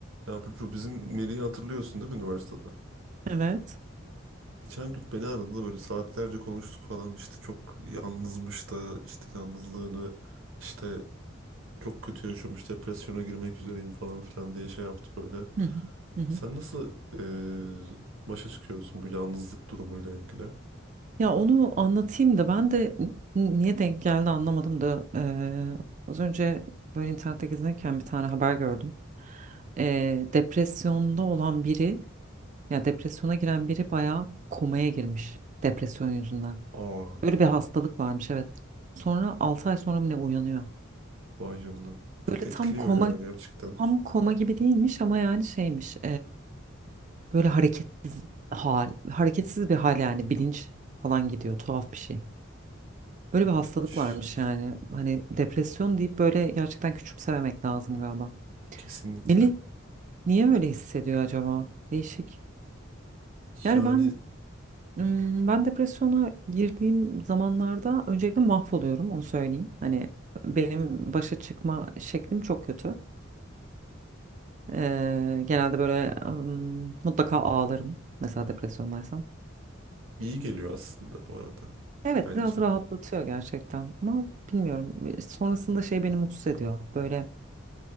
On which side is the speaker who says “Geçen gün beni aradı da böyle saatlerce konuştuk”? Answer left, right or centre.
Right